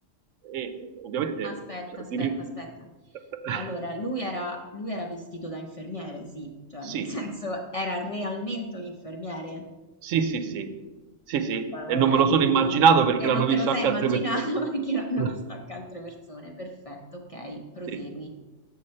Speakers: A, on the right; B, on the left.
A: e ovviamente
B: Aspetta,
A: cioè,
B: aspetta,
A: di pri-
B: aspetta.
A: <laughs>
B: Allora, lui era, lui era vestito da infermiere, sì, cioè
A: sì,
B: nel <laughs> senso era realmente un infermiere.
A: sì, sì, sì, sì, sì,
B: Cioè,
A: e non
B: hai
A: me lo
B: potuto...
A: sono immaginato perché
B: E
A: l'hanno
B: non
A: visto
B: te lo sei
A: anche
B: immaginato
A: altre persone.
B: <laughs> perché l'hanno
A: <laughs>
B: visto anche altre persone. Perfetto, ok, prosegui.
A: Sì.